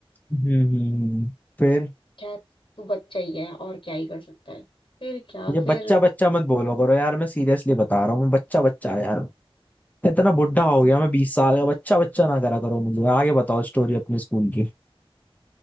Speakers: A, on the left; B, on the left.
A: हम्म, हम्म। फिर
B: खैर तू बच्चा ही है और क्या ही कर सकता है फिर क्या
A: ये
B: फिर
A: बच्चा बच्चा मत बोलो करो यार मैं सीरियसली बता रहा हूँ बच्चा बच्चा है यार इतना बुढ़ा हो गया मैं बीस साल का बच्चा बच्चा ना करा करो मुझे आगे बताओ स्टोरी अपने स्कूल की